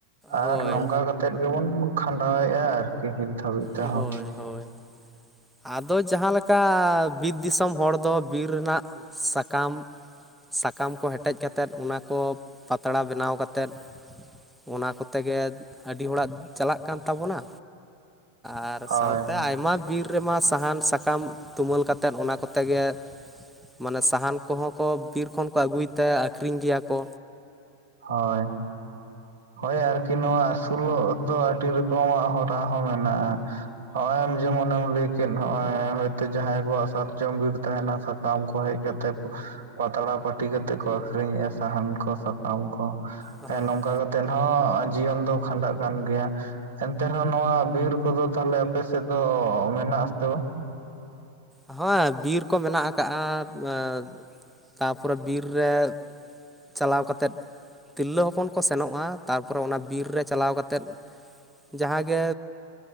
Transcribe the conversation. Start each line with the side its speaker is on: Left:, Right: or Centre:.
Centre: ᱦᱳᱭ
Right: ᱟᱨ ᱱᱚᱝᱠᱟ ᱠᱟᱛᱮ ᱜᱮᱵᱚᱱ ᱠᱷᱟᱸᱰᱟᱣᱮᱼᱟ ᱟᱨᱠᱤ ᱱᱤᱛ ᱫᱷᱟᱹᱵᱤᱡ ᱛᱮᱦᱚᱸ
Centre: ᱦᱳᱭ ᱦᱳᱭ ᱟᱫᱚ ᱡᱟᱦᱟᱸ ᱞᱮᱠ ᱟ ᱵᱤᱨ ᱫᱤᱥᱚᱢ ᱦᱚᱲ ᱫᱚ ᱵᱤᱨ ᱨᱮᱱᱟᱜ ᱥᱟᱠᱟᱢ ᱥᱟᱠᱟᱢ ᱠᱚ ᱦᱮᱴᱮᱡ ᱠᱟᱛᱮᱫ ᱚᱱᱟ ᱠᱚ ᱯᱟᱛᱲᱟ ᱵᱮᱱᱟᱣ ᱠᱟᱛᱮᱫ ᱚᱱᱟ ᱠᱚᱛᱮ ᱜᱮ ᱟᱹᱰᱤ ᱦᱚᱲᱟᱜ ᱪᱟᱞᱟᱜ ᱠᱟᱱ ᱛᱟᱵᱚᱱᱟ ᱟᱨ
Right: ᱦᱳᱭ
Centre: ᱥᱟᱶᱛᱮ ᱟᱭᱢᱟ ᱵᱤᱨ ᱨᱮᱢᱟ ᱥᱟᱦᱟᱱ ᱥᱟᱠᱟᱢ ᱛᱩᱢᱟᱹᱞ ᱠᱟᱛᱮᱫ ᱚᱱᱟ ᱠᱚᱛᱮ ᱜᱮ ᱢᱟᱱᱮ ᱥᱟᱦᱟᱱ ᱠᱚᱦᱚᱸ ᱠᱚ ᱵᱤᱨ ᱠᱷᱚᱱ ᱠᱚ ᱟᱹᱜᱩᱭ ᱛᱮ ᱟᱠᱷᱨᱤᱧ ᱜᱮᱭᱟ ᱠᱚ
Right: ᱦᱳᱭ ᱦᱳᱭ ᱟᱨᱠᱤ ᱱᱚᱣᱟ ᱟᱹᱥᱩᱞᱚᱜ ᱫᱚ ᱟᱹᱰᱤ ᱨᱚᱠᱚᱢᱟᱜ ᱦᱚᱨᱟ ᱦᱚᱸ ᱢᱮᱱᱟᱜᱼᱟ᱾ ᱦᱚᱸᱚᱭ ᱟᱢ ᱡᱮᱢᱚ ᱱᱮᱢ ᱞᱟᱹᱭ ᱠᱮᱫ ᱱᱚᱜᱚᱭ ᱦᱚᱭᱛᱳ ᱡᱟᱦᱟᱸᱭ ᱠᱚᱣᱟᱜ ᱥᱟᱨᱡᱚᱢ ᱵᱤᱨ ᱛᱟᱦᱮᱱᱟ ᱥᱟᱠᱟᱢ ᱠᱚ ᱦᱮᱡ ᱠᱟᱛᱮ ᱯᱟᱛᱲᱟ ᱯᱟᱹᱴᱤ ᱠᱟᱛᱮᱜ ᱠᱚ ᱟᱠᱷᱨᱤᱧᱮᱜᱼᱟ ᱥᱟᱦᱟᱱ ᱠᱚ ᱥᱟᱠᱟᱢ ᱠᱚ
Centre: ᱦᱳᱭ
Right: ᱦᱮᱸ ᱱᱚᱝᱠᱟ ᱠᱟᱛ ᱛᱮᱦᱚᱸ ᱡᱤᱭᱚᱱ ᱫᱚ ᱠᱷᱟᱸᱰᱟᱜ ᱠᱟᱱ ᱜᱮᱭᱟ ᱮᱱᱛᱮ ᱨᱮᱦᱚᱸ ᱱᱚᱣᱟ ᱵᱤᱨ ᱠᱚᱫᱚ ᱛᱟᱦᱚᱞᱮ ᱟᱯᱮᱥᱮᱫ ᱫᱚ ᱢᱮᱱᱟᱜ ᱟᱥᱮ ᱵᱟ?
Centre: ᱦᱳᱭ ᱵᱤᱨ ᱠᱚ ᱢᱮᱱᱟᱜᱟ ᱠᱟᱜᱼᱟ ᱛᱟᱯᱚᱨᱮ ᱵᱤᱨ ᱨᱮ ᱪᱟᱞᱟᱣ ᱠᱟᱛᱮᱫ ᱛᱤᱨᱞᱟᱹ ᱦᱚᱯᱚᱱ ᱠᱚ ᱥᱮᱱᱚᱜᱼᱟ ᱛᱟᱨᱯᱚᱨᱮ ᱚᱱᱟ ᱵᱤᱨ ᱨᱮ ᱪᱟᱞᱟᱣ ᱠᱟᱛᱮᱫ ᱡᱟᱦᱟᱸ ᱜᱮ